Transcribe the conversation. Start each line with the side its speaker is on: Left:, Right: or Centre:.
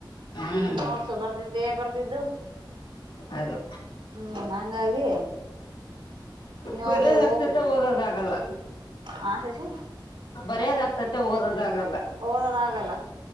Left: ಹ್ಮ್
Right: ನೋಡ್ಸು ಬರ್ದಿದ್ದೆ ಬರ್ದಿದ್ದು.
Left: ಅದು
Right: ಹ್ಮ್ ಹಂಗಾಗಿ. ನೀವನ್ಲಿ
Left: ಬರೆ ಆಗ್ತತ ದೆ ಓದಕ್ ಅಗಲ್ಲ.
Right: ಹಾ ಶಶಿ.
Left: ಬರ್ಯೋದ್ ಆಗ್ತೈತೆ ಓದೋದ ಆಗಲ್ಲ.
Right: ಓದೋದ ಆಗಲ್ಲ